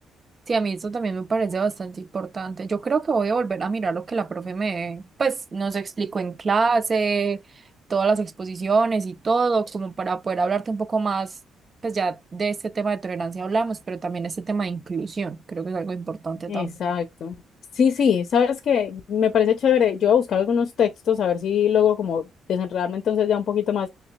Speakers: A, on the right; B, on the left.
A: Sí, a mí eso también me parece bastante importante. Yo creo que voy a volver a mirar lo que la profe me, pues, nos explicó en clase, todas las exposiciones y todo, como para poder hablarte un poco más, pues ya de este tema de tolerancia hablamos, pero también este tema de inclusión, creo que es algo importante
B: Exacto.
A: también.
B: Sí, sí, sabes que me parece chévere. Yo voy a buscar algunos textos a ver si logro como desenredarme entonces ya un poquito más.